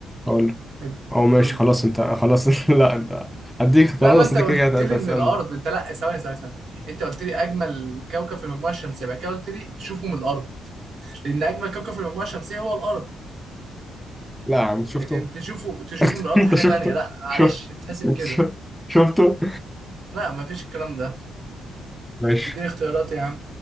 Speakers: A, in the centre; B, on the right.
A: أقول لك.
B: اد-
A: أو ماشي
B: قول
A: خلاص
B: لي
A: أنت خلاص <laughs> لا أنت هديك اختيارات
B: لا ما
A: بس
B: انت
A: أنت
B: قلت
A: كده كده هت- أنت
B: لي
A: هتسألني
B: من الارض انت لا ثواني ثواني ثواني انت قلت لي اجمل كوكب في المجموعة الشمسية بعد كده قلت لي تشوفه من الارض لان اجمل كوكب في المجموعة الشمسية هو الارض
A: لا يا عم شفته
B: لكن تشوفه تشوفه
A: <laughs>
B: من الارض
A: أنت
B: حاجة
A: شفته
B: تانية لا معلش
A: شفت
B: بتحسب كده
A: شفت- شفته
B: لا مفيش الكلام ده
A: ماشي
B: اديني اختيارات يا عم